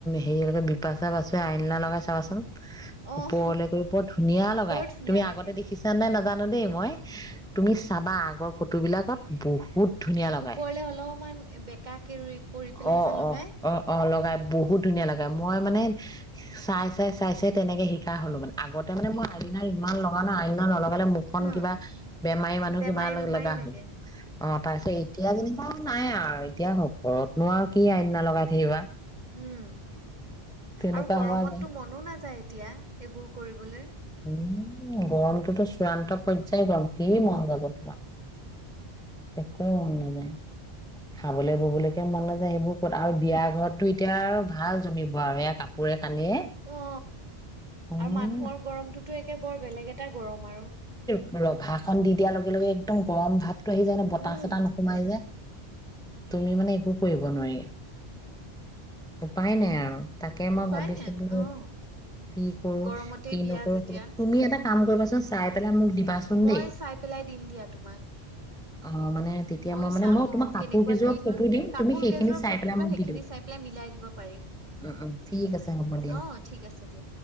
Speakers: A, in the centre; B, on the right.
A: হেৰি য়ক বিপাচা আইলিনা লগাই চা চোন।
B: অ',
A: ওপৰলে কৰি বৰ ধুনীয়া লগাই।
B: বৰ ধুনীয়া
A: তুমি আগতে
B: লাগে।
A: দেখিছা নে নাজানো। জান দেই মই। তুমি চাবা আগৰ ফটো বিলাকত বহুত। ধুনীয়া লগাই।
B: ওপৰলে অলপমান বেকা কে কৰি পেলাই
A: অ',
B: যে লগাই।
A: অ', অ', অ', লগাই বহুত ধুনীয়া লাগে। মই মানে চাই চাই চাই চাই তেনেকে শিকা হলো মানে আগতে মানে মই আইলনা ইমান লগা ন আইলনা নলগাঁ। লে মুখখন
B: হা
A: কিবা। বেমাৰী মানুহ
B: বেমাৰী
A: কিবা
B: বেমাৰী
A: লগা
B: লাগে।
A: হল। অ তাৰপিছত এতিয়া যেনেকুৱা নাই। আৰু এতিয়া ঘৰতনো আৰু কি আইনিলা লগাই থাকিবা।
B: উম,
A: তেনেকুৱা
B: আৰু গৰমততো
A: হোৱা যায়
B: মনো নাযায় এতিয়া এইবোৰ কৰিবলৈ।
A: উম গৰমটোতো চূড়ান্ত পৰ্যায় গম কি মন যাব তোমাৰ। এককোৱেই উম নেজায়। খাবলৈ ববলৈকে মন ন যোয়। সেইবোৰ ক'ত আৰু বিয়া ঘৰতটো এতিয়া আৰু ভাল জমিব আৰু এয়া কাপোৰে। কানিয়ে
B: অ
A: উম
B: আৰু মানুহৰ গৰমটো। তে বৰ বেলেগ এটা গৰম আৰু।
A: ৰভা খন দি দিয়া লগে লগে একদম গৰম ভাৱ আহি যায় ন বতচ
B: উম,
A: এটা নোসোমাই যে তুমি মানে একো কৰিব নোৱাৰি। উপায় নাই আৰু। তাকে মই
B: উপায়
A: ভাবিছো।
B: নাই
A: বোৰ
B: অ'
A: কি কৰো
B: গৰমতেই
A: কি
B: বিয়া
A: নকৰো
B: যেতিয়া।
A: তুমি এটা। কাম কৰিবাচোন। চাই পেলাই মোক। দিবাচোন
B: মই
A: দেই
B: চাই পেলাই দিম দিয়া তোমাক
A: অ মানে তেতিয়া
B: ময়ো
A: মই মানে
B: চাম
A: মই
B: অ'
A: তোমাৰ কাপোৰ
B: কেনেকুৱা
A: কেইযোৰোৱা
B: কি
A: ফটো
B: হয়।
A: দিম।
B: কাপোৰ
A: তুমি সেইখিনি
B: কেইযোৰৰ
A: চাই
B: ফটো
A: পেলাই
B: দিবা
A: মোক
B: সেইখিনি
A: দি দিওঁ।
B: চাই পেলাই মিলাই দিব পাৰিম।
A: উ উ ঠিক আছে হ'ব দিয়া।
B: অ' ঠিক আছে দিয়া।